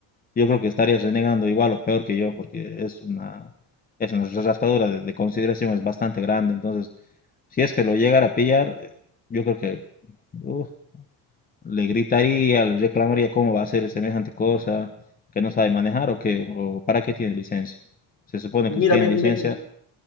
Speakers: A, on the left; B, on the left.
A: yo creo que estarías renegando igual o peor que yo, porque es una, es una raspadura de, de consideración, es bastante grande, entonces, si es que lo llegara a pillar, eh, yo creo que Uf, le gritaría, le reclamaría cómo va a hacer semejante cosa, que no sabe manejar o que, o para qué tiene licencia. Se supone
B: Mira,
A: que si tiene
B: me, me-
A: licencia,